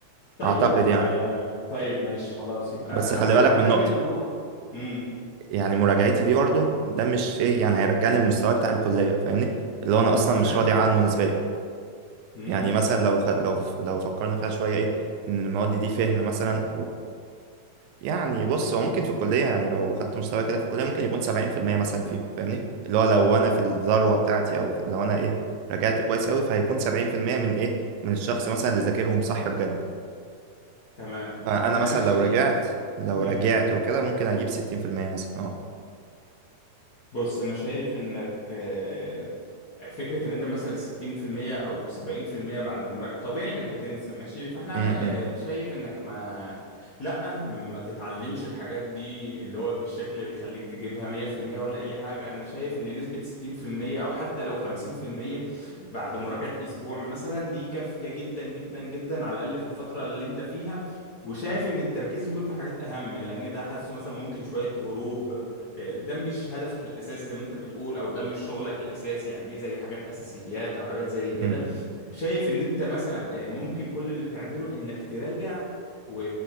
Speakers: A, on the left; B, on the right.
A: طيب
B: أعتقد يعني
A: آه طيب ماشي خلاص يبقى
B: بس خلي
A: هنعتمد
B: بالك من نقطة
A: اللي هو امم
B: يعني مراجعتي دي برضه ده مش إيه يعني هيرجعني المستوى بتاع الكلية فاهمني اللي هو أنا أصلا
A: ما انا فاهم
B: مش راضي عنه نسبيا
A: امم
B: يعني مثلا لو خ... لو لو فكرنا فيها شوية إيه إن المواد دي فهم مثلا يعني بص هو ممكن في الكلية يعني لو خدت مستوى كده في الكلية ممكن يكون سبعين في المية مثلا فيهم فاهمني اللي هو لو أنا في الذروة بتاعتي أو لو أنا إيه رجعت كويس أوي فهيكون سبعين في المية من إيه من الشخص مثلا اللي ذاكرهم صح بجد
A: تمام
B: فأنا مثلا
A: انا شايف
B: لو رجعت لو
A: امم
B: رجعت وكده ممكن أجيب ستين في المية مثلا أه
A: بص انا شايف انك آه، فكره ان انت مثلا 60% او 70% بعد المراجعه طبيعي انك بتنسى ماشي فاحنا
B: م-
A: آه،
B: م-
A: شايف انك ما لا ما تتعلمش الحاجات دي اللي هو بالشكل اللي يخليك تجيبها 100% ولا اي حاجه انا شايف ان نسبه 60% او حتى لو 50% بعد مراجعه اسبوع مثلا دي كافيه جدا جدا جدا على الاقل في الفتره اللي انت فيها وشايف ان التركيز يكون في حاجات اهم لان ده حاسه مثلا ممكن شويه هروب ده مش هدفك الاساسي زي ما انت بتقول او ده مش شغلك الاساسي يعني دي زي حاجات اساسيات او حاجات زي كده
B: م-
A: شايف ان انت مثلا آه، ممكن كل اللي تعمله انك تراجع و...